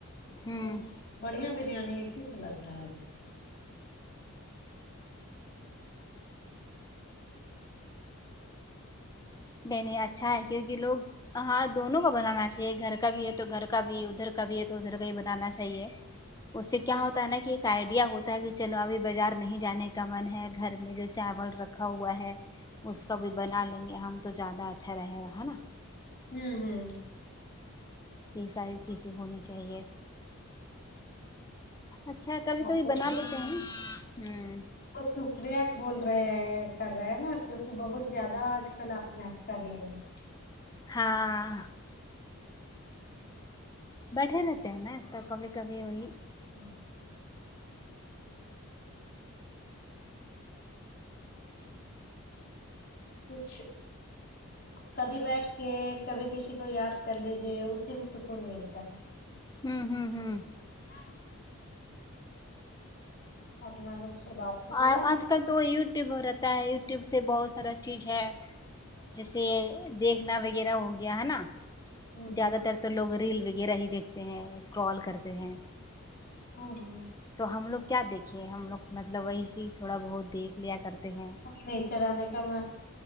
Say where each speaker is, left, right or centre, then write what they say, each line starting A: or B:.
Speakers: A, on the left; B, on the left.
A: ہمم
B: تو بڑھیا بریانی اسی سے لگ رہا ہے ابھی
A: نہیں نہیں اچھا ہے کیونکہ لوگ ہاں دونوں کا بنانا چاہیے گھر کا بھی ہے تو گھر کا بھی ادھر کا بھی ہے تو ادھر کا ہی بنانا چاہیے اس سے
B: ہوں
A: کیا ہوتا ہے نا کہ آئیڈیا ہوتا ہے کہ چلو ابھی باجار نہیں جانے کا من ہے گھر میں جو چاول رکھا ہوا ہے اس کا بھی بنا لیں گے ہم تو جیادہ اچھا رہے گا ہے نا
B: ہوں ہوں
A: یہ ساری چیزیں ہونی چاہیے اچھا کبھی
B: آپ
A: کبھی
B: کو
A: بنا لیتے ہیں ہ
B: سکرییا بول رہے ہیں کر رہے ہے نا کیوںکہ بہت زیادہ آج کل آپ گات کر لے رہے ہیں
A: ہاں بیٹھے رہتے ہیں نا تو کبھی کبھی وہی
B: ہوں کچھ کبھی بیٹھ کے کبھی کسی کو یاد کر لیجے اسی میں سکون ملتا ہے
A: ہوں ہوں ہوں
B: <unintelligible> اپنا لوگ سے بات ہو گیا
A: اور آج کل تو یوٹیوب ہو رہتا ہے یوٹیوب سے بہت سارا چیج ہے جیسے دیکھنا وغیرہ ہو گیا ہے نا
B: ہ
A: جیادہ تر تو لوگ ریل وغیرہ ہی دیکھتے ہیں اسکرال کرتے ہیں
B: ہاں ہاں
A: تو ہم لوگ کیا دیکھے ہم لوگ مطلب وہی سے تھوڑا بہت دیکھ لیا کرتے ہیں
B: نہیں چرانے کا م